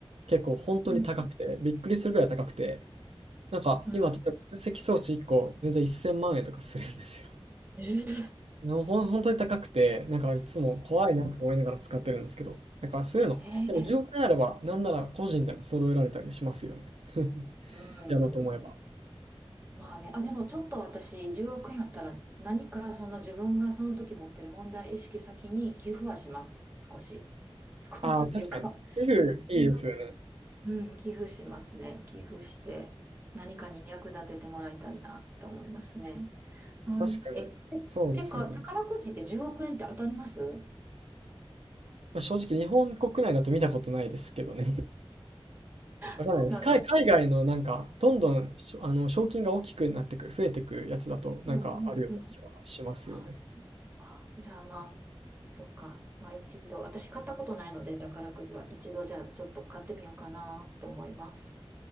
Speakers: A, on the right; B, on the right.
A: 結構ほんとに高くて、
B: うん。
A: びっくりするぐらい高くて、なんか今、
B: うん。
A: 例えば分析装置1個、全然1000万円とかするんですよ。
B: え
A: のほん、本当に高くて、なんかいつも怖いなって思いながら使ってるんですけど、なんかそういうの、
B: ええ、
A: でも10億円あれば、なんなら個人でも揃えられたりしますよね。<laughs>
B: うん。
A: やろうと思えば。
B: まあね、あ、でもちょっと私、10億円あったら、何かその自分がその時持ってる問題意識先に寄付はします。少し。少しっていうか、
A: ああ、確かに。寄付いいですよね。
B: うん、寄付、うん、寄付しますね。寄付して、何かに役立ててもらいたいなと思いますね。あ、
A: 確かに。
B: え、て、
A: そうですよね。
B: てか、宝くじで10億円って当たります
A: まあ、正直日本国内だと見たことないですけどね。<laughs> わかんないです。
B: そうなんだ。
A: 海、海外のなんか、どんどんしょ、あの、賞金が大きくなってく、増えてくやつだと、なんかあるような気はしますよね。
B: うんうんうん。あ、そっか。じゃあまあ。そっか。まあ一度、私買ったことないので、宝くじは一度じゃあちょっと買ってみようかなと思います。